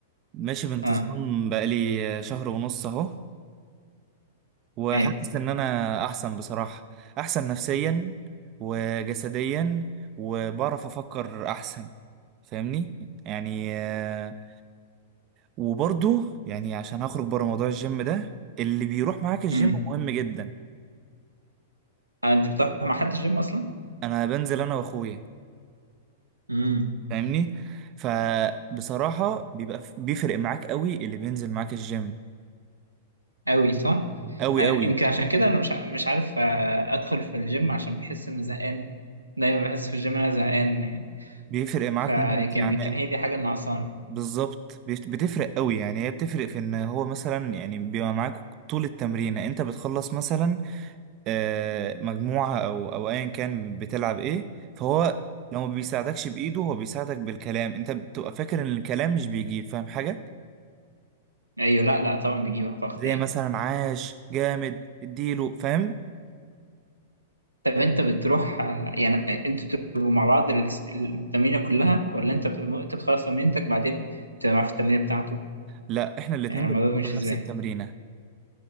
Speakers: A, on the right; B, on the right.
A: ماشي بانتظام
B: اه
A: بقالي شهر ونص اهو وحاسس
B: ايوه
A: ان انا احسن بصراحة احسن نفسيا وجسديا وبعرف افكر احسن فاهمني يعني آه، وبرضو يعني عشان هخرج بره موضوع الجيم ده اللي بيروح معاك الجيم
B: امم
A: مهم جدا
B: آه انت بتروح مع حد الجيم اصلا؟
A: انا بنزل انا واخويا
B: امم
A: فاهمني فبصراحة بيبقى ف- بيفرق معاك قوي اللي بينزل معاك الجيم
B: قوي صح
A: قوي
B: يعني
A: قوي
B: يمكن عشان كده انا مش ع- مش عارف آه، ادخل في الجيم عشان بحس اني زهقان دايما بحس في الجيم انا زهقان يعني
A: بيفرق معاك
B: فيمكن
A: موت يعني
B: كان هي دي حاجه اللي ناقصاني
A: بالظبط بيت- بتفرق قوي يعني هي بتفرق في ان هو مثلا يعني بيبقى معاك طول التمرينة انت بتخلص مثلا آه، مجموعة او او ايا كان بتلعب ايه فهو لو ما بيساعدكش بايده هو بيساعدك بالكلام انت بتبقى فاكر ان الكلام مش بيجيب فاهم حاجة
B: ايوه لا لا طبعا بيجيب اعتقد
A: زي
B: يعني
A: مثلا عاش جامد اديله فاهم
B: طب انت بتروح آه، يعني انتوا بتبقوا مع بعض ال- التمرينه كلها ولا انت بت- انت بتخلص تمرينتك بعدين بتبقى معاه في التمرينه بتاعته
A: لا احنا الاتنين
B: يعني
A: بنتمرن
B: الموضوع ماشي
A: نفس
B: ازاي
A: التمرينة